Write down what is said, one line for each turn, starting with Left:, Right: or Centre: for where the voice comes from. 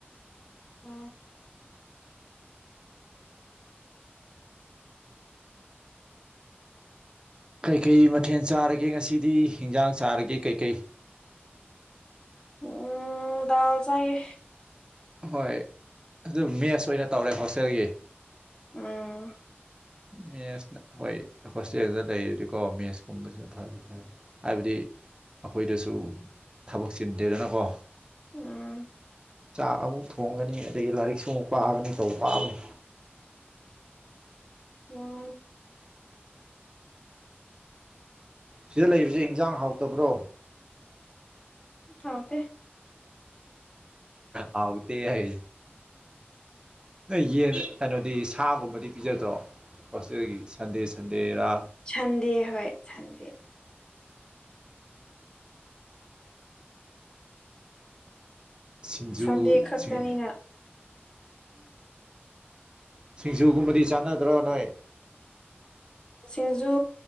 Left: ꯑꯣ
Right: ꯀꯩꯀꯩ ꯃꯊꯦꯜ ꯆꯥꯔꯒꯦ ꯉꯁꯤꯗꯤ ꯍꯤꯟꯖꯥꯡ ꯆꯥꯔꯒꯦ ꯀꯩꯀꯩ
Left: ꯎꯝ ꯗꯥꯜ ꯆꯥꯏꯌ‌ꯦ
Right: ꯍꯣꯏ ꯑꯗꯨ ꯃꯦꯁ ꯑꯣꯏꯅ ꯇꯧꯔꯦ ꯍꯣꯁꯇꯦꯜꯒꯤ
Left: ꯎꯝ
Right: ꯃꯦꯁꯅ ꯍꯣꯏ ꯍꯣꯁꯇꯦꯜꯗ ꯂꯩꯔꯗꯤꯀꯣ ꯃꯦꯁ ꯀꯨꯝꯕꯁꯤꯅ ꯐꯔꯦ ꯐꯔꯦ ꯍꯥꯏꯕꯗꯤ ꯑꯩꯈꯣꯏꯗꯁꯨ ꯊꯕꯛ ꯆꯤꯟꯗꯦꯗꯅꯀꯣ
Left: ꯎꯝ
Right: ꯆꯥꯛ ꯑꯃꯨꯛ ꯊꯣꯡꯒꯅꯤ ꯑꯗꯒꯤ ꯂꯥꯏꯔꯤꯛꯁꯨ ꯑꯃꯨꯛ ꯄꯥꯒꯅꯤ ꯇꯧ ꯋꯥꯕꯅꯤ
Left: ꯎꯝ
Right: ꯁꯤꯗ ꯂꯩꯕꯁꯦ ꯍꯤꯟꯖꯥꯡ ꯍꯥꯎꯇꯕ꯭ꯔꯣ
Left: ꯍꯥꯎꯇ‌ꯦ
Right: ꯍꯥꯎꯇ‌ꯦ ꯍꯥꯏ ꯅꯣꯏ ꯌꯦꯟ ꯀꯩꯅꯣꯗꯤ ꯁꯥꯒꯨꯝꯕꯗꯤ ꯄꯤꯖꯗ꯭ꯔꯣ ꯍꯣꯁꯇꯦꯜꯒꯤ ꯁꯟꯗꯦ ꯁꯟꯗꯦꯔꯥ
Left: ꯁꯟꯗꯦ ꯍꯣꯏ ꯁꯟꯗꯦ
Right: ꯁꯤꯡꯖꯨꯁꯤꯡ
Left: ꯁꯟꯗꯦ ꯈꯛꯇꯅꯤꯅ
Right: ꯁꯤꯡꯖꯨꯒꯨꯝꯕꯗꯤ ꯆꯥꯟꯅꯗ꯭ꯔꯣ ꯅꯣꯏ
Left: ꯁꯤꯡꯖꯨ